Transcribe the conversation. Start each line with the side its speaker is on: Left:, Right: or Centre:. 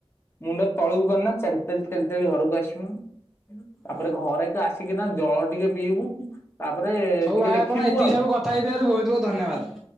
Left: ମୁଣ୍ଡ ତଳକୁ କରିନା ଚାଲି ଚାଲି ଚାଲି ଘରକୁ ଆସିମୁ। ତାପରେ
Centre: ହଁ
Left: ଘରେ କି ଆସିକିନା ଜଳ ଟିକେ ପିଇବୁ, ତାପରେ
Centre: ହଉ
Left: ଟିକେ
Centre: ଭାଇ
Left: ଦେଖିବୁ
Centre: ଆପଣ ଏତିକି
Left: ଆଉ।
Centre: ସବୁ କଥା ହେଇଥିବାରୁ ବୋହୁତ୍ ବୋହୁତ୍ ଧନ୍ୟବାଦ୍।